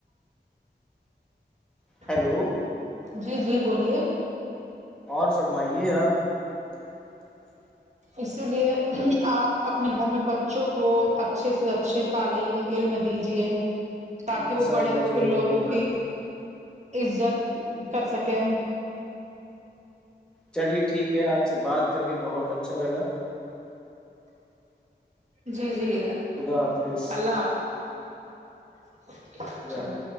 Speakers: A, on the right (about 40°); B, in the centre.
A: ج
B: ہلو
A: جی جی بولیے
B: اور فرمائیے آپ <inaudible>
A: اسی لیے آپ اپنے گھر میں بچوں کو اچھے سے اچھے تعلیم علم دیجیے تاکہ
B: انشاء
A: وہ
B: اللہ
A: بڑے ہو
B: ضرور
A: کے لوگوں
B: دوں گا
A: کی عزت کر سکیں
B: چلیے ٹھیک ہے آپ سے بات کر کے بہت اچھا لگا
A: جی جی
B: خدا حافظ
A: اللہ حافظ <inaudible>
B: ج
A: چلیے